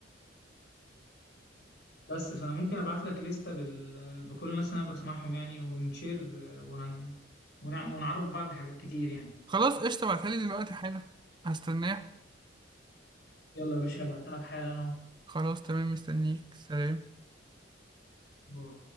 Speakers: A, on the left (about 60°); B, on the right (about 25°).
A: بس فانا ممكن ابعت لك لستة بال... بكل الناس اللي انا بسمعهم يعني ونشير آه، وهن ونع... ونعرف بعض حاجات كتير يعني
B: خلاص قشطة ابعتها لي دلوقتي حالا هستناه
A: يلا يا باشا هبعتها لك حالا اهو
B: خلاص تمام مستنيك سلام
A: باي.